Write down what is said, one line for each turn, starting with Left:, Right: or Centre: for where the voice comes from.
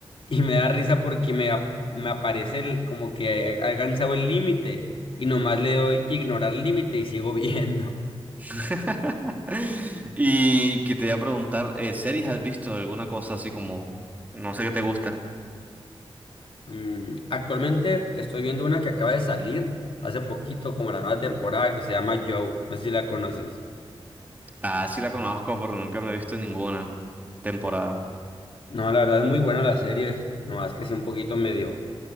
Left: Y me da risa porque me, ap- me aparece el- como que ha ha alcanzado el límite y nomás le doy ignorar límite y sigo viendo. <laughs>
Right: <laughs> Y que te voy a preguntar, eh, ¿series has visto alguna cosa así como, no sé qué te gusta?
Left: Mm, actualmente estoy viendo una que acaba de salir hace poquito, como la nueva temporada, que se llama Joe. No sé si la conoces.
Right: Ah, sí la conozco, pero nunca me he visto ninguna temporada.
Left: No, la verdad es muy buena la serie. Nomás que sí un poquito medio,